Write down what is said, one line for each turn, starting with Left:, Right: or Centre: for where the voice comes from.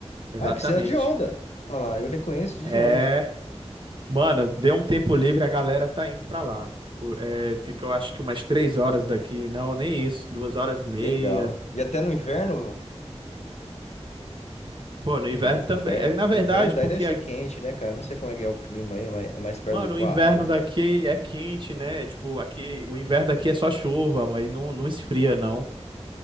Right: exatamente.
Left: Ah, é piscina de onda. Olha lá, eu reconheço de
Right: É
Left: longe.
Right: Mano, deu um tempo livre, a galera tá indo pra lá. Pô, É, fica, eu acho que umas três horas daqui. Não, nem isso. Duas horas e meia.
Left: Legal. E até no inverno.
Right: Pô, no
Left: Ixi,
Right: inverno
Left: Inverno.
Right: também. É, na verdade,
Left: Inverno daí
Right: porque,
Left: deve ser
Right: é-
Left: quente, né, cara? Não sei como é que é o clima aí, mas mais, é mais perto
Right: mano,
Left: do Equador,
Right: o inverno daqui
Left: né?
Right: é quente, né? Tipo, aqui, o inverno daqui é só chuva, mas não, não esfria, não.